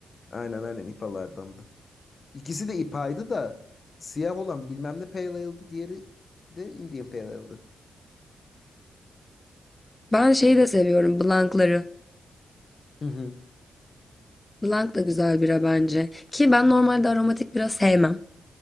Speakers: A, on the left (about 45°); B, on the left (about 20°).
A: Aynen aynen IPA'lardandı. İkisi de IPA'ydı da siyah olan bilmem ne Pale Ale'dı. Diğeri de Indian Pale Ale'dı.
B: Ben şeyi de seviyorum. Blankları.
A: Hı hı.
B: Blank da güzel bira bence. Ki ben normalde aromatik bira sevmem.